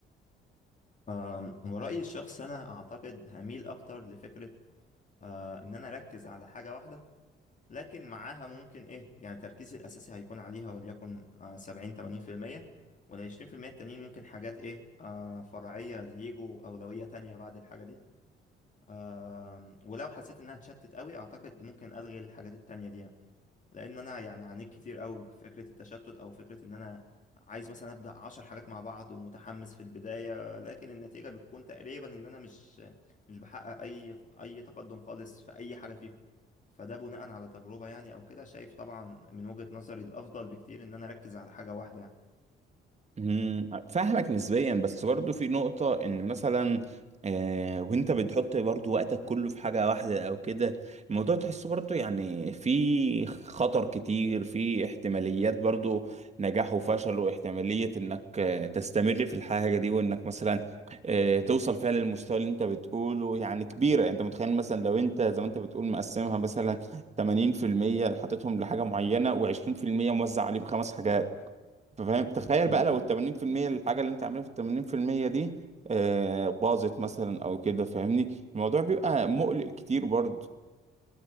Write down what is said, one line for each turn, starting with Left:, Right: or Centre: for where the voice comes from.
Left: آم، ورأيي الشخصي أنا أعتقد هميل أكتر لفكرة آه، إن أنا أركز على حاجة واحدة لكن معاها ممكن إيه يعني تركيزي الأساسي هيكون عليها وليكن آه، سبعين تمانين في المية والعشرين في المية التانيين ممكن حاجات إيه آه، فرعية يجوا أولوية تانية بعد الحاجة دي آم، ولو حسيت إنها اتشتت قوي أعتقد ممكن ألغي الحاجات التانية دي يعني. لان انا يعني عانيت كتير قوي بفكره التشتت او فكره ان انا عايز مثلا ابدا عشر حاجات مع بعض ومتحمس في البدايه لكن النتيجه بتكون تقريبا ان انا مش مش بحقق اي اي تقدم خالص في اي حاجه فيهم فده بناء على تجربه يعني او كده شايف طبعا من وجهه نظري الافضل بكتير ان انا اركز على حاجه واحده يعني
Right: مم، فاهمك نسبيا بس برضو في نقطة ان مثلا آه وانت بتحط برضو وقتك كله في حاجة واحدة او كده الموضوع تحسه برضو يعني في خطر كتير في احتماليات برضو نجاح وفشل واحتمالية انك آه تستمر في الحاجة دي وانك مثلا آه توصل فيها للمستوى اللي انت بتقوله يعني كبيرة يعني انت متخيل مثلا لو انت زي ما انت بتقول مقسمها مثلا 80% اللي حاططهم لحاجة معينة و20% موزع عليهم خمس حاجات فاهم تخيل
Left: م-
Right: بقى لو ال
Left: م.
Right: 80% الحاجة اللي انت عاملها في ال 80% دي آه، باظت مثلا او كده فاهمني الموضوع بيبقى مقلق كتير برضه